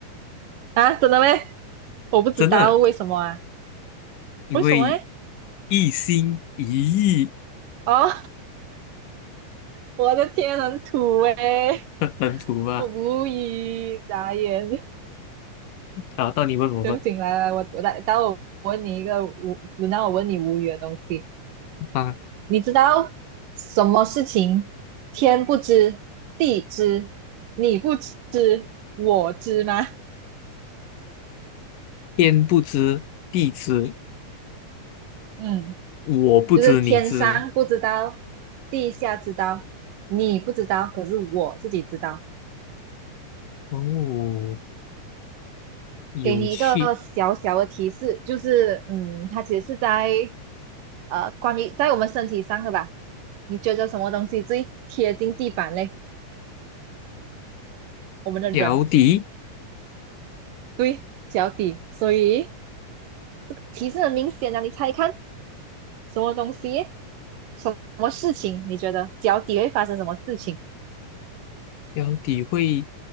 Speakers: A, on the right; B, on the left.
A: 啊？真的咩？我不知道为什么啊？
B: 真的，因为
A: 为什么诶？
B: 一心一意
A: 哦。我的天，很土诶，
B: <laughs> 很土吧。
A: 我无语，傻眼。
B: 好，到你问我吧。
A: 等醒来来，我我待待会我问你一个无，轮到我问你无语的东西。
B: 啊，
A: 你知道什么事情天不知地知你不知我知吗？
B: 天不知地知，
A: 嗯，
B: 我不知你知吗？
A: 就是天上不知道，地下知道，你不知道，可是我自己知道。
B: 哦，有趣。
A: 给你一个小小的提示，就是嗯，它其实是在呃，关于在我们身体上的吧？你觉得什么东西最贴近地板嘞？我们的人，
B: 脚底，
A: 对，脚底。所以提示很明显啊，你猜看什么东西，什么事情？你觉得脚底会发生什么事情？
B: 脚底会